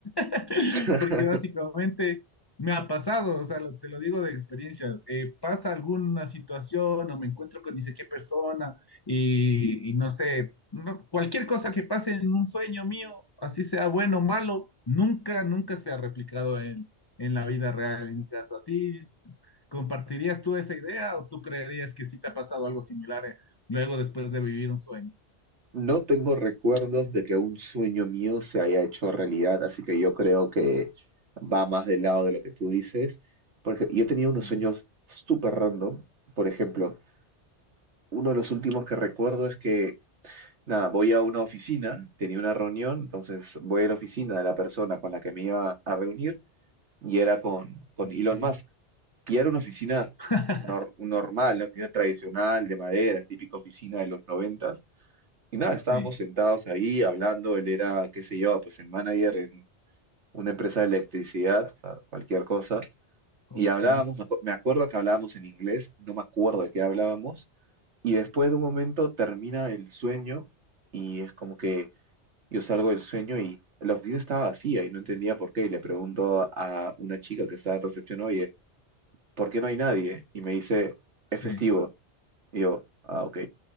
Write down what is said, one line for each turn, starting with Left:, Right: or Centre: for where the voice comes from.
Left: <laughs>
Right: <laughs>
Left: porque básicamente me ha pasado, o sea, lo- te lo digo de experiencia, eh, pasa alguna situación o me encuentro con ni sé qué persona y, y no sé, no- cualquier cosa que pase en un sueño mío, así sea bueno o malo, nunca, nunca se ha replicado en, en la vida real, en mi caso. ¿A ti compartirías tú esa idea o tú creerías que sí te ha pasado algo similar eh, luego después de vivir un sueño?
Right: No tengo recuerdos de que un sueño mío se haya hecho realidad, así que yo creo que va más del lado de lo que tú dices. Porque yo tenía unos
Left: Ya,
Right: sueños súper random. Por ejemplo, uno de los últimos que recuerdo es que, nada, voy a una oficina, tenía una reunión, entonces voy a la oficina de la persona con la que me iba a reunir y era con, con
Left: ok.
Right: Elon Musk. Y era una oficina
Left: <laughs>
Right: nor- normal, una oficina tradicional de madera, típica oficina de los noventas. Y nada, estábamos
Left: Sí,
Right: sentados ahí hablando, él era, qué sé yo, pues el manager en una empresa de electricidad, o sea, cualquier cosa.
Left: ok,
Right: Y hablábamos, me acu- me acuerdo que hablábamos en inglés, no me acuerdo de qué hablábamos, y después de un momento termina el sueño y es como que yo salgo del sueño y la oficina estaba vacía y no entendía por qué. Y le pregunto a una chica que estaba en recepción, oye, ¿por qué no hay nadie? Y me dice,
Left: sí.
Right: es festivo. Y yo, ah, ok.